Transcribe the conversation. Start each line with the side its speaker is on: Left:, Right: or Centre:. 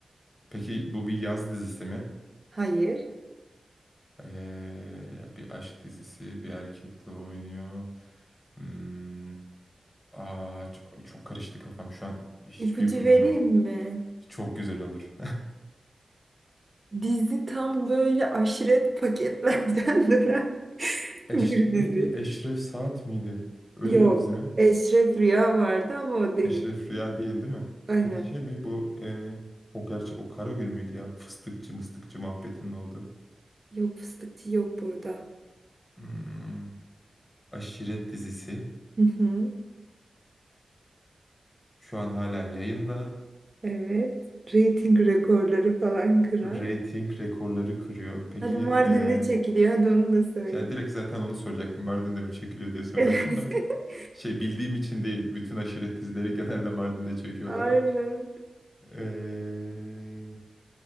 Left: Peki bu bir yaz dizisi mi?
Right: Hayır.
Left: Ee, bir aşk dizisi, bir erkekle oynuyor. Hmm, aa, çok, çok karıştı kafam şu an. Hiçbir
Right: İpucu
Left: ipucum
Right: vereyim
Left: yok.
Right: mi?
Left: Çok güzel olur.
Right: Dizi tam böyle aşiret paketlerden <laughs> dönen
Left: <laughs> Eş,
Right: bir
Left: neydi?
Right: dizi.
Left: Eşref Saat miydi? Öyle
Right: Yok.
Left: bir dizi mi?
Right: Eşref Rüya vardı ama o değil.
Left: Eşref Rüya değil değil mi?
Right: Aynen.
Left: Peki şey mi bu e, o gerçi o Karagül müydü ya? Fıstıkçı mıstıkçı muhabbetinin olduğu.
Right: Yok fıstıkçı yok burada.
Left: Hmm, Aşiret dizisi.
Right: Hı hı.
Left: Şu an hala yayında.
Right: Evet. Rating rekorları falan kıran.
Left: Rating rekorları kırıyor. Peki
Right: Hadi Mardin'de
Left: e,
Right: çekiliyor. Hadi onu da söyleyeyim.
Left: ya direkt zaten onu soracaktım. Mardin'de mi çekiliyor diye soracaktım
Right: Evet.
Left: da.
Right: <laughs>
Left: Şey bildiğim için değil. Bütün aşiret dizileri <laughs> genelde Mardin'de çekiyorlar
Right: Aynen.
Left: ya. E,